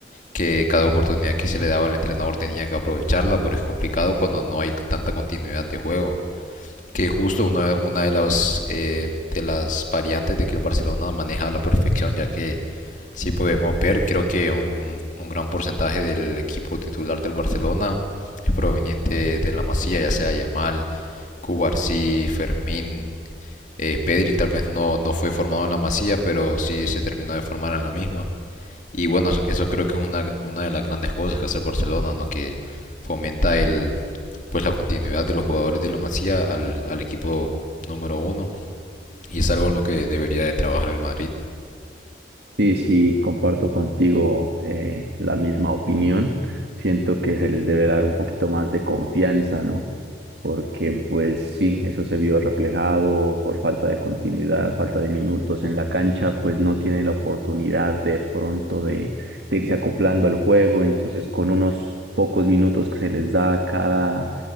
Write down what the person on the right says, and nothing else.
Sí, sí, comparto contigo eh, la misma opinión. Siento que se les debe dar un poquito más de confianza, ¿no? Porque pues sí, eso se vio reflejado por falta de continuidad, falta de minutos en la cancha, pues no tienen la oportunidad de pronto de, de irse acoplando al juego. Entonces, con unos pocos minutos que se les da cada